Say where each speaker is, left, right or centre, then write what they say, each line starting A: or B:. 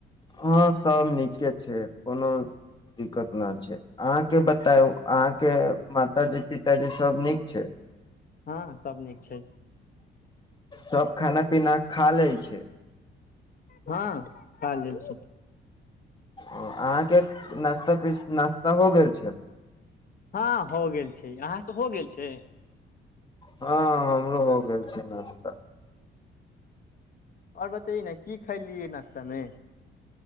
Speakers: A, on the left; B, on the left.
A: हं सब नीके छै कोनो दिक्कत नहि छै अहाँके बतायउ अहाँके माताजी पिताजी सब नीक छै
B: हँ सब नीक छै
A: सब खाना पीना खा ले छै
B: हँ खा लइ छै
A: ओ अहाँके नास्ता प नाश्ता हो गेल छै
B: हँ हो गेल छै अहाँकेऽ हो गेल छै
A: हँ हमरो हो गेल छी नाश्ता
B: आओर बताइए न की खाय लियै नाश्तामे